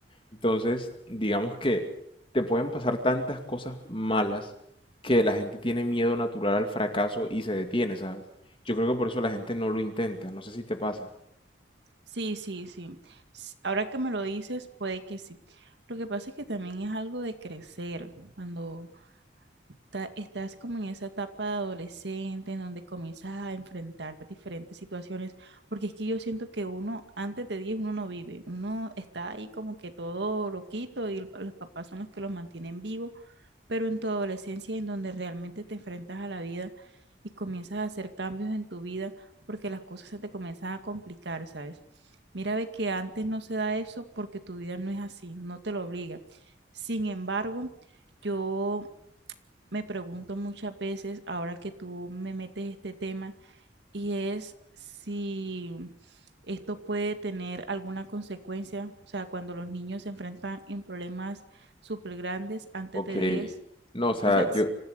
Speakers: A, on the left; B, on the right.
A: Entonces, digamos que te pueden pasar tantas cosas malas que la gente tiene miedo natural al fracaso y se detiene, ¿sabes? Yo creo que por eso la gente no lo intenta. No sé si te pasa.
B: Sí, sí, sí. S- Ahora que me lo dices, puede que sí. Lo que pasa es que también es algo de crecer. Cuando ta- estás como en esa etapa de adolescente en donde comienzas a enfrentar diferentes situaciones, porque es que yo siento que uno antes de 10 uno no vive, uno está ahí como que todo loquito y el- los papás son los que los mantienen vivo, pero en tu adolescencia en donde realmente te enfrentas a la vida y comienzas a hacer cambios en tu vida porque las cosas se te comienzan a complicar, ¿sabes? Mira, ve que antes no se da eso porque tu vida no es así, no te lo obliga. Sin embargo, yo me pregunto muchas veces, ahora que tú me metes este tema, y es si esto puede tener alguna consecuencia, o sea, cuando los niños se enfrentan en problemas súper grandes antes
A: Ok,
B: de 10,
A: no, o sea,
B: o sea, s-
A: yo,